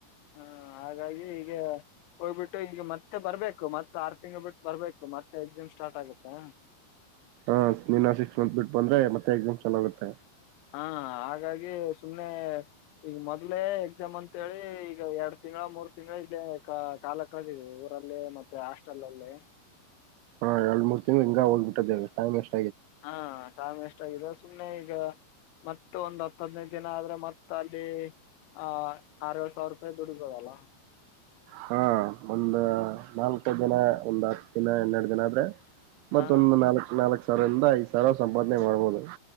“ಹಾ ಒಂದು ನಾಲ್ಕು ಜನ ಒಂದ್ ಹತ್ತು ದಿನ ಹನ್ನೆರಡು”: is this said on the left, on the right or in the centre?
Right